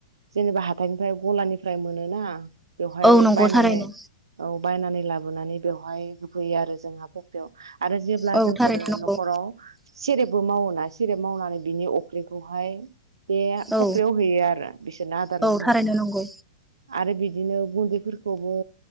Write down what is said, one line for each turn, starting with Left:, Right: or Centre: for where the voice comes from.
Right: जेनेबा हाथाइनिफ्राय गलानिफ्राय मोनोना बेवहाय
Centre: औ नंगौ
Right: बायनानै
Centre: थारैनो
Right: औ बायनानै लाबोनानै बेवहाय होफैयो आरो जोंहा फख्रियाव आरो जेब्ला
Centre: औ
Right: जोंफोरो
Centre: थारैनो नंगौ
Right: न'खराव सेरेबबो मावोना सेरेब मावनानै बिनि अफ्रिखौहाय बे
Centre: औ
Right: फख्रियाव हैयो आरो बिसोरनो आदार
Centre: औ थारैनो
Right: होनो थाखाय
Centre: नंगौ
Right: आरो बिदिनो गुन्दैफोरखौबो